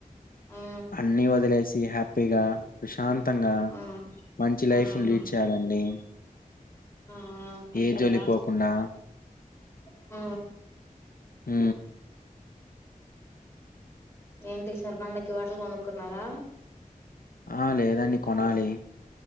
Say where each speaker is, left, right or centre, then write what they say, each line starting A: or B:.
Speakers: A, on the left; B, on the left.
A: ఉమ్
B: అన్ని వదిలేసి హ్యాపీ ప్పి గా <unintelligible> శాంతంగా
A: ఉమ్
B: మంచి లైఫ్ను
A: ఉమ్
B: లీడ్ చేయాలండి
A: ఆ అంతేగా
B: ఏ జోలి పోకుండా
A: హ్
B: హ్
A: ఏంటి సార్ పండక్కి బట్టలు కొనుక్కున్నారా
B: ఆ లేదండి కొనాలి